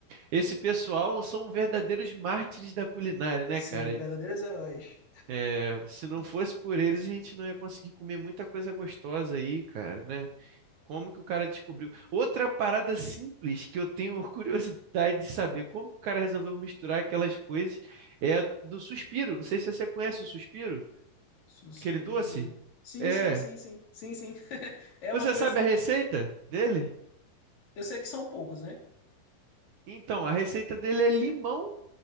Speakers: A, on the right; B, on the left.
A: esse pessoal são verdadeiros mártires da culinária, né,
B: sim,
A: cara?
B: verdadeiros heróis.
A: É, Se não fosse por eles, a gente não ia conseguir comer muita coisa gostosa aí, cara, né? Como que o cara descobriu? Outra parada simples que eu tenho curiosidade de saber, como que o cara resolveu misturar aquelas coisas, é a do suspiro. Não sei se você conhece o suspiro,
B: Suspiro.
A: aquele doce.
B: Sim,
A: É.
B: sim, sim, sim. Sim, sim. <laughs> É uma
A: Você
B: coisinha.
A: sabe a receita dele?
B: Eu sei que são poucos, né?
A: Então, a receita dele é limão,